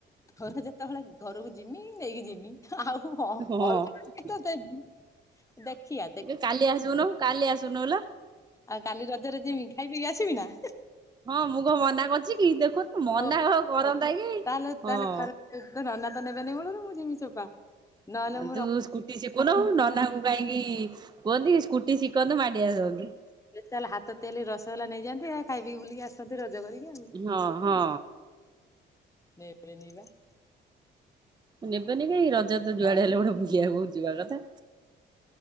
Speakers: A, on the left (about 15°); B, on the right (about 20°).
A: ଘର ଯେତେବେଳେ ଘରକୁ ଯିମି ନେଇକି ଜିମି ଆଉ
B: ହଁ
A: ଅଲଗା କେତ ଦେବି। ଦେଖିଆ।
B: ଏ କାଲି ଆସୁନ କାଲି ଆସୁନୁ ଲୋ
A: ଆଉ କାଲି ରଜରେ ଯିମି ଖାଇ ପିଇକି ଆସିବି ନା।
B: ହଁ ମୁଁ କଣ ମନା କରୁଛି କି ଦେଖନ୍ତୁ ମନା
A: ହଉ
B: କ କରନ୍ତା
A: ହଉ
B: କି। ହଁ
A: ତାହେଲେ ତାହେଲେ ଖରାପ ତୋ ନନା ତ ନେବେନି ମୁଳରୁ ମୁଁ ଜିମି ଚୋପା। ନହେଲେ
B: ଆ
A: ମୁଁ
B: ତୁ ସ୍କୁଟି ଶିଖୁନୁ ନନାଙ୍କୁ କାହିଁକି? କୁହନ୍ତି କି ସ୍କୁଟି ଶିଖନ୍ତୁ ମାଡି ଆସନ୍ତୁ।
A: ଯେତେହେଲେ ହାତ ତେଲି ରସଗୋଲା ନେଇଯାନ୍ତି ଖାଇ ପିଇକି ବୁଲିକ ଆସନ୍ତି ରଜ କରିକି ଆଉ।
B: ହଁ ହଁ
A: ନେବେନି ବା -
B: ନେବନି କାଇଁ ରଜ ତ ଯୁଆଡେ
A: ଆଉ
B: ହେଲେ ଗୋଟେ ବୁଲିବାକୁ ଯିବା କଥା।